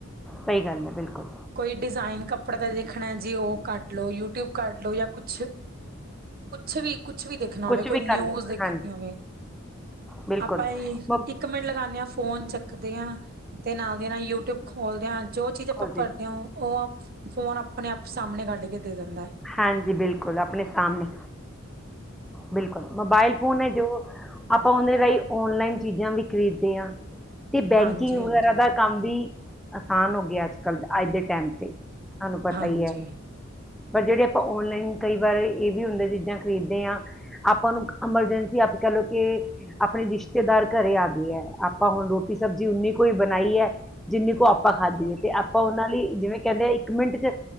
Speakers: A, in the centre; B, on the right.
A: ਸਈ ਗੱਲ ਏ ਬਿਲਕੁਲ
B: ਕੋਈ ਡਿਜ਼ਾਇਨ ਕੱਪੜੇ ਦੇਖਣਾ ਜੀ ਓ ਕੱਢ ਲਓ ਯੂਟਿਊਬ ਕਢ ਲਓ ਜਾਂ ਕੁਛ ਕੁਛ ਵੀ ਕੁਛ ਵੀ ਦੇਖਣਾ
A: ਕੁਛ
B: ਹੋਵੇ। ਕੋਈ
A: ਵੀ ਕਰ
B: ਨਿਊਜ਼
A: ਲਓ
B: ਦੇਖਣੀ
A: ਹਾਂਜੀ
B: ਹੋਵੇ
A: ਬਿਲਕੁਲ
B: ਆਪਾਂ ਏ ਇੱਕ
A: ਮ-
B: ਇਕ ਮਿੰਟ ਲਗਾਂਦੇ ਆਂ ਫੋਨ ਚੱਕਦੇ ਆਂ ਤੇ ਨਾਲ ਦੀ ਨਾਲ ਯੂਟਿਊਬ ਖੋਲਦਿਆਂ ਜੋ ਚੀਜ਼
A: ਖੁਦ
B: ਆਪਾਂ ਭਰਦੇ
A: ਹੀ।
B: ਹੋ ਓ ਆਪ ਫੋਨ ਆਪਣੇ ਆਪ ਸਾਹਮਣੇ ਕੱਢ ਕੇ ਦੇ ਦਿੰਦਾ ਐ।
A: ਹਾਂਜੀ ਬਿਲਕੁਲ ਆਪਣੇ ਸਾਹਮਣੇ ਬਿਲਕੁਲ ਮੋਬਾਇਲ ਫੋਨ ਹੈ ਜੋ ਆਪਾਂ ਉਦੇ ਰਾਈਂ ਔਨਲਾਈਨ ਚੀਜ਼ਾਂ ਵੀ ਖ਼ਰੀਦਦੇ ਆਂ। ਤੇ ਬੈਂਕਿੰਗ
B: ਹਾਂਜੀ ਹਾਂਜੀ
A: ਵਗੈਰਾ ਦਾ ਕੰਮ ਵੀ ਆਸਾਨ ਹੋ ਗਿਆ ਅੱਜ ਕੱਲ ਅੱਜ ਦੇ ਟੈਮ ਤੇ ਤੁਹਾਨੂੰ ਪਤਾ
B: ਹਾਂਜੀ
A: ਈ ਏ। ਪਰ ਜੇੜੇ ਆਪਾਂ ਔਨਲਾਈਨ ਕਈ ਵਾਰ ਏ ਵੀ ਹੁੰਦੇ ਚੀਜ਼ਾਂ ਖਰੀਦਦੇ ਆਂ। ਆਪਾਂ ਨੂੰ ਐਮਰਜੈਂਸੀ ਆਪ ਕੈ ਲਓ ਕਿ ਆਪਣੇ ਰਿਸ਼ਤੇਦਾਰ ਘਰੇ ਆ ਗਏ ਹੈ ਆਪਾਂ ਹੁਣ ਰੋਟੀ-ਸਬਜ਼ੀ ਉਨੀ ਕੋਈ ਬਣਾਈ ਹੈ। ਜਿੰਨੀ ਕੁ ਆਪਾਂ ਖਾਧੀਏ। ਤੇ ਆਪਾਂ ਉਹਨਾਂ ਲਈ ਜਿਵੇਂ ਕਹਿੰਦੇ ਇੱਕ ਮਿੰਟ ਚ